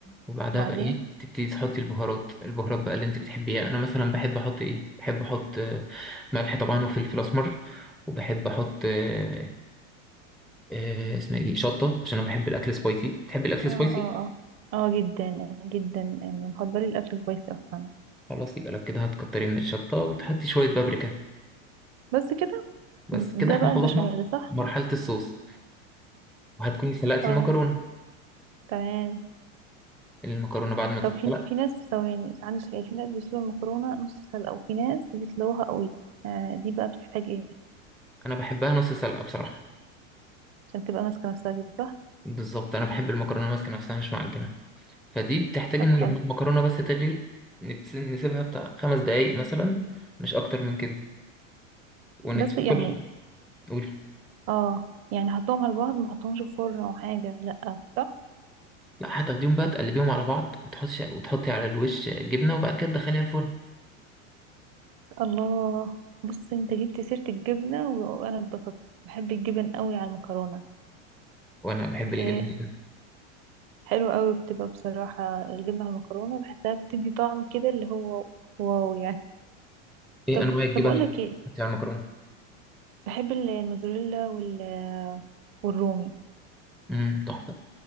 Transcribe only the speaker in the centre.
وبعدها
بقى ايه تبتدي تحطي البهارات البهارات بقى اللي انت بتحبيها انا مثلا بحب احط ايه بحب احط آه، ملح طبعا وفلفل اسمر وبحب احط آه، آه، اسمها ايه دي شطه عشان انا بحب الاكل سبايسي بتحبي
الاكل سبايسي
خلاص يبقى لو كده هتكتري من الشطه وتحطي شويه بابريكا
بس كده
احنا
خلصنا
مرحله الصوص وهتكوني سلقتي
المكرونه
المكرونه بعد ما تتسلق
انا بحبها نص سلقه بصراحه
بالظبط انا بحب المكرونه ماسكه نفسها مش معجنه فدي بتحتاج
ان
لما المكرونه بس تغلي نتس- نسيبها بتاع خمس دقايق مثلا مش اكتر من كده ونتسيب
كل قولي
لا هتاخديهم بقى تقلبيهم على بعض وتحطي وتحطي على الوش جبنه وبعد كده تدخليها الفرن
وانا بحب الجبن
جدا
ايه
انواع الجبن
اللي
بتحطي على المكرونه
امم تحفه